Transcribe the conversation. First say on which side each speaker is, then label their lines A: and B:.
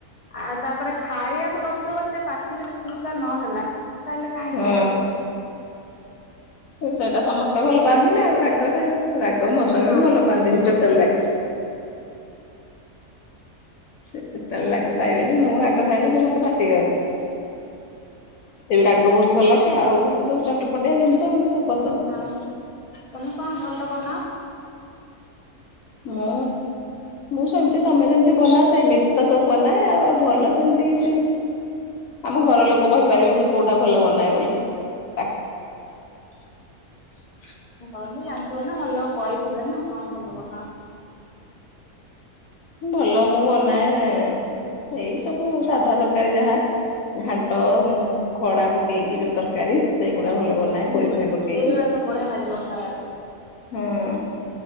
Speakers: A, on the left (about 45°); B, on the left (about 70°).
A: ଆଉ ତାପରେ ଖାଇବାକୁ ବସ ମେ ପାଟିରେ ଶୁ ସା ନହେଲା ତାହେଲେ କାହିଁ
B: ହୁଁ
A: ଖାଇବାକୁ ବସିବ
B: ସେଇଟା ସମସ୍ତେ ଭଲ ପାଆନ୍ତିନି ଆଉ ରାଗଟା ଆଉ। ରାଗ ମୋ
A: ହଁ
B: ସ୍ୱାମୀ ବି ଭଲ ପାଆନ୍ତିନି ଟୋଟାଲ ରାଗ। ସେ ଟୋଟାଲ ଲାଗ ଖାଇବେନି ମୁଁ ଲଗ ଖାଇଲେ ସେ ମତେ ମତେ ବି ରାଗ ବହୁତ ଭଲ ଲାଗେ। ଆଉ ଯେତେ ସବୁଛଟ ପଡିଆ ଜିନିଷ ମତେ ସବୁ ପସନ୍ଦ
A: ଆଉ ତମେ କଣ ଭଲ ବନାଅ?
B: ମୁଁ ମୁଁ ସେମିତି ତମେ ଯେମିତି ବନା ସେମିତି ତ ସବୁ ବନାଏ ଆଉ। ଆଉ ଭଲ ସେମିତି କିଛି ଆମ ଘର ଲୋକ କହିପାରିବେ ମୁଁ କୋଉଟା ଭଲ ବନାଏ ବୋଲି ତାକୁ <unintelligible>
A: କହିବି ଜାଣିଥିବ ନା ଭଲ କହିଥିବେ ନା କଣ ଭଲ ବାନାଅ।
B: ଭଲ ମୁଁ ବନାଏ ଯେ ଏଇ ସବୁ ସାଧା ତରକାରୀ ଯାହା। ଘାଣ୍ଟ, ଖଡା ପକେଇକି ଯୋଉ ତରକାରୀ ସେଇଗୁଡା ଭଲ ବନାଏ ପୋଇ
A: ହୁଁ
B: ଫୋଇ ପକେଇକି
A: ଏଇବେଡ଼ ତ ବଢ଼ିଆ ଲାଗିବ ଖାଇବାପାଇଁ।
B: ହଁ